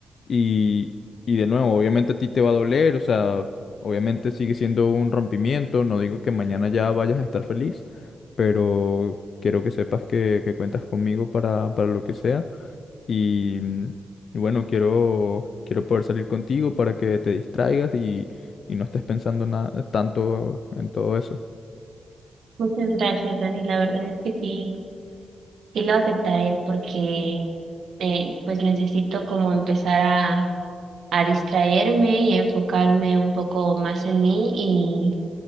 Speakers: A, on the left (about 65°); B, on the right (about 75°).
A: y, y de nuevo, obviamente a ti te va a doler, o sea, obviamente sigue siendo un rompimiento, no digo que mañana ya vayas a estar feliz, pero quiero que sepas que, que cuentas conmigo para, para lo que sea y, mm, y bueno, quiero, quiero poder salir contigo para que te distraigas y, y no estés pensando nada, tanto en todo eso.
B: Muchas gracias, Dani. La verdad es que sí, sí lo aceptaré porque eh, pues necesito como empezar a a distraerme y a enfocarme un poco más en mí y